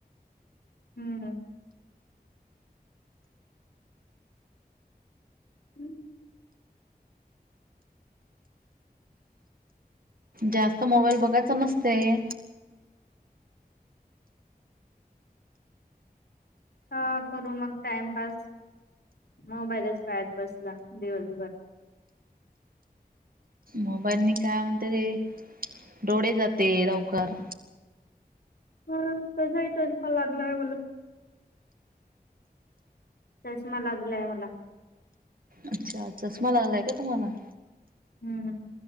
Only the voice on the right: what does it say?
जास्त मोबाईल बघायचा नसतेय.
मोबाईलनी काय म्हणते डोळे जाते लवकर.
अच्छा चष्मा लागलाय का तुम्हाला.